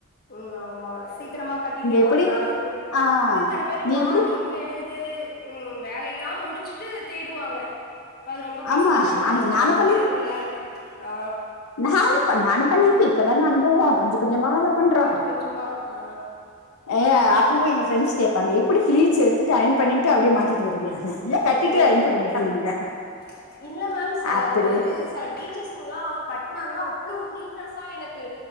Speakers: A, on the left (about 45°); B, on the left (about 85°).
A: ம் ஆமா சீக்ரமா கட்டிட்டு
B: எப்படி
A: போய்ரா இரு
B: ஆ
A: இது தன பேரு
B: நீ
A: மார்னிங்
B: எப்படி
A: இங்க எழுந்து உம் வேலையெல்லா முடிச்சுட்டு தேடுவாங்க அது ரொம்ப
B: ஆமா
A: கஷ்டொன் தான்
B: நான்
A: நீங்க சொல்றது
B: நானும்
A: நல்லாருக்கு ஆ
B: நானேப்பா நானு பண்ணிர்க்கு இப்பதான அனுபவோ கொஞ்ச கொஞ்சமாதா பண்றோ
A: கொஞ்ச
B: அ
A: கொஞ்சமா ஆ
B: ஏ அப்புவு எங்க ஃப்ரெண்ஸ் கேப்பாங்க எப்படி ஃப்ளீட்ஸ் எடுத்துட்டு அயன் பண்ணிட்டு அப்டியே மாட்டிட்டு வருவியான்னு இல்ல கட்டிட்டு
A: உம்
B: அயன் பண்ணுவியான்னுவாங்க
A: அ இல்ல மேம் செல
B: அப்படி
A: பேரு செலக் டீச்சஸ்ஸுங்லா கட்னாங்கனாவ் வ்ளோ ஒரு நீட்னஸ்ஸா எனக்கு